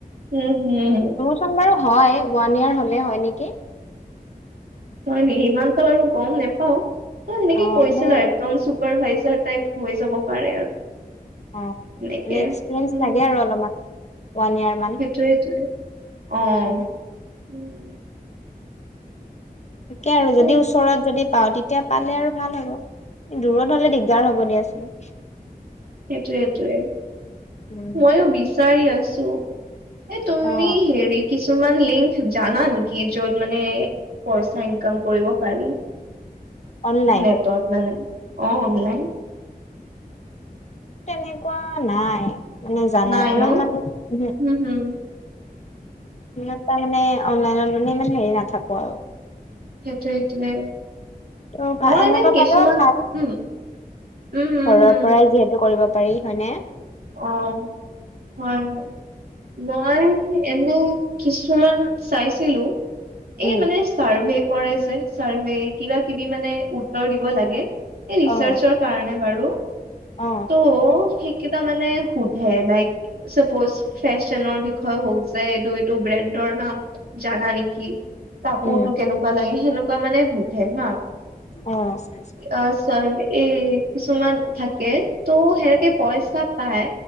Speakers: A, on the right; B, on the left.
A: উমঁ, হোম।
B: এই খন বাৰু হয় ওৱান ইয়াৰ হ'লে হয় নেকি।
A: হয়, নেকি সিমান এটা বাৰু গম নোপাও ত সেনেকে
B: অ
A: কৈছিল
B: মানে
A: আৰু একদম চুপ। চুপাৰভাইজৰ টাইপ হৈ যাব পাৰে আৰু।
B: অঁ মানে
A: এনেকে
B: এক্সপিৰিয়েঞ্চ
A: উম
B: লাগে আৰু অলপমান ওৱান ইয়াৰ মান।
A: সেইটোয়ে সেইটোয়ে অ'।
B: উম
A: উম
B: তাকে
A: সেইটোৱে
B: আৰু যদি ওচৰত যদি- পাও তেতিয়া পালে আৰু ভাল হ'ব দূৰত হলে দিগদাৰ হব দিয়াচোন।
A: সেইটোৱে সেইটোয়ে
B: উম
A: ময়ো বিচাৰি আছো। এ তুমি
B: অ
A: হেৰি কি- কিছুমান লিংক জানা নেকি য'ত মানে পইচা ইনকাম কৰিব পাৰি?
B: অনলাইন
A: নেটত মানে অ', অনলাইন।
B: তেনেকুৱা নাই। মানে জানাত
A: নাই ন'
B: মই ইমান উহো
A: উমঁ।
B: ইমান তাৰ মানে অনলাইনত মানে ইমান হেৰি নাথাকো আৰু।
A: সেইটোৱ সেইটোৱে।
B: তো
A: মই
B: এনেকুৱা
A: এনে কিছুমান
B: পালেও ভাল। ঘৰৰ
A: উম উম হম হম
B: পৰাই যিহেতু কৰিব পাৰি হয়নে?
A: অ'। হয়ঁ, হয়ঁ, মই এনে কিছুমান চাইছিলো। এই
B: উম
A: মানে- চাৰ্ভে কৰে যে চাৰ্ভে কিবা কিবি মানে উত্তৰ দিব এই ৰিচাৰ্জৰ
B: অ
A: কাৰণে বাৰু
B: অ
A: ত' সেইকেইটা মানে সোধে লাইক- চাপৌজ ফেশ্বনৰ বিষয়ে হওঁক যে এইটো এইটো ব্ৰেণ্ডৰ নাম জানা নেকি? কি কাপোৰতটো
B: উম
A: কেনেকুৱা লাগে সেনেকুৱা মানে সোধে হা।
B: অ'।
A: অঁ চাৰৰ্ভে এই কিছুমান থাকে ত' সেনেকে পইচা- পাই